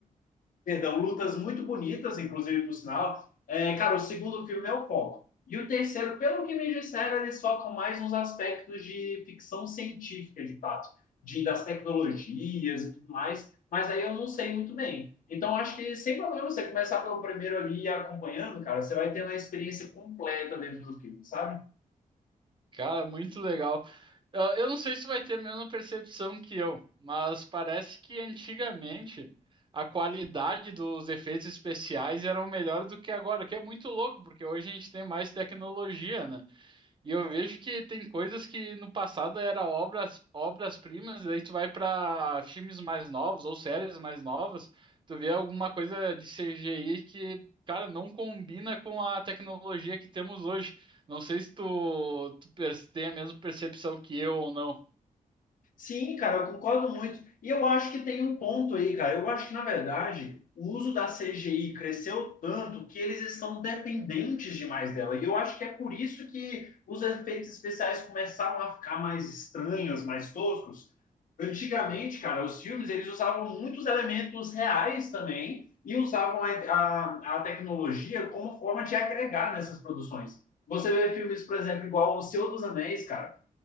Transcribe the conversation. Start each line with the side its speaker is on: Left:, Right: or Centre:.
Left: perdão, lutas muito bonitas, inclusive, por sinal. É, cara, o segundo filme é o foco. E o terceiro, pelo que me disseram, eles focam mais nos aspectos de ficção científica, de fato, de, das tecnologias e tudo mais, mas aí eu não sei muito bem. Então, acho que sem problema você começar pelo primeiro ali e acompanhando, cara, você vai ter uma experiência completa dentro do filme, sabe?
Right: Cara, muito legal. Ah, Eu não sei se vai ter a mesma percepção que eu, mas parece que antigamente a qualidade dos efeitos especiais eram melhor do que agora, o que é muito louco, porque hoje a gente tem mais tecnologia, né? E eu vejo que tem coisas que no passado era obras, obras-primas, e aí tu vai para filmes mais novos ou séries mais novas, tu vê alguma coisa de CGI que, cara, não combina com a tecnologia que temos hoje. Não sei se tu, tu per- tem a mesma percepção que eu ou não.
Left: Sim, cara, eu concordo muito. E eu acho que tem um ponto aí, cara. Eu acho que, na verdade, o uso da CGI cresceu tanto que eles estão dependentes demais dela. E eu acho que é por isso que os efeitos especiais começaram a ficar mais estranhos, mais toscos. Antigamente, cara, os filmes eles usavam muitos elementos reais também e usavam a, a, a tecnologia como forma de agregar nessas produções. Você vê filmes, por exemplo, igual O Senhor dos Anéis, cara.